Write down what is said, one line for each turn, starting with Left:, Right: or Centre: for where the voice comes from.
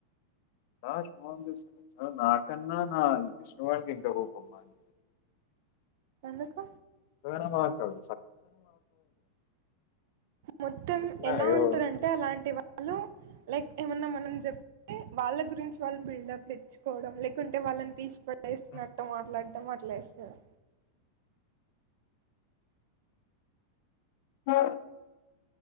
Left: లాస్ట్ ఫోన్ చేశారా నాకన్నా నా <unintelligible> ష్ వానికెక్కడ కోపం నా మీద
Right: ఎందుకు
Left: వేరే మాటాడు
Right: మొత్తం
Left: చెప్పినా
Right: ఎలా
Left: ఏదో
Right: ఉంటరంటే అలాంటి వాళ్ళు లైక్ ఏమన్నా మనం చెప్తే వాళ్ళ గురించి వాళ్ళు బిల్డప్ లిచ్చుకోవడం లేకుంటే వాళ్ళని తీసి ప <unintelligible> డేసినట్టు
Left: హ్మ్.
Right: మాట్లాడు టమట్లేస్తారా
Left: ఆ